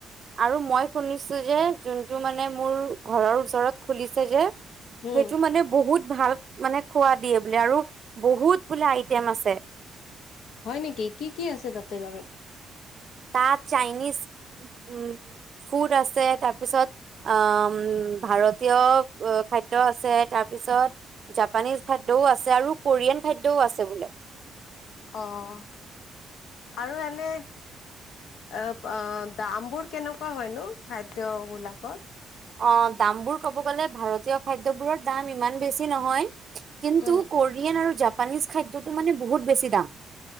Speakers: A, on the right (about 45°); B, on the left (about 80°).
A: আৰু মই শুনিছো যে যোনটো মানে মোৰ ঘৰৰ ওচৰত খুলিছে যে সেইটো
B: হম
A: মানে বহুত ভাল মানে খোৱা দিয়ে বোলে আৰু বহুত বোলে আইটেম আছে।
B: হয় নেকি কি কি আছে তাতে বাৰু?
A: তাত চাইনিজ উম ফুড আছে, তাৰপিছত আম উম ভাৰতীয় অ খাদ্য আছে, তাৰপিছত জাপানিজ খাদ্যও আছে আৰু কোৰিয়ান খাদ্যও আছে বোলে।
B: অঁ আৰু এনে অ প দামবোৰ কেনেকুৱা হয় নো খাদ্যবিলাকৰ।
A: অঁ দামবোৰ ক'ব গলে ভাৰতীয় খাদ্যবোৰৰ দাম ইমান বেছি নহয় কিন্তু
B: উম।
A: কোৰিয়ান আৰু জাপ পানীজ খাদ্যটো মানে বহুত বেছি দাম।